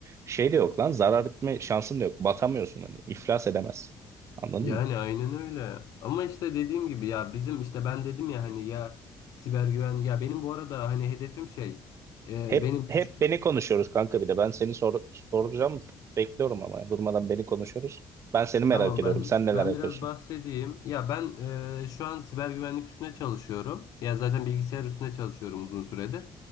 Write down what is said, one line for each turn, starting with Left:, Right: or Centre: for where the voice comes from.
Right: şey de yok lan zarar etme şansın da yok. Batamıyorsun hani iflas edemez. Anladın
Left: Yani
Right: mı?
Left: aynen öyle. Ama işte dediğim gibi ya bizim işte ben dedim ya hani ya siber güven ya benim bu arada hani hedefim şey e,
Right: Hep
Left: benim küçük
Right: hep beni konuşuyoruz kanka bir de. Ben seni sor, soracağım. Bekliyorum ama durmadan beni konuşuyoruz. Ben seni merak
Left: Tamam
Right: ediyorum.
Left: ben
Right: Sen neler
Left: ben
Right: yapıyorsun?
Left: biraz bahsedeyim. Ya ben e, şu an siber güvenlik üstüne çalışıyorum. Ya zaten bilgisayar üstüne çalışıyorum uzun süredir.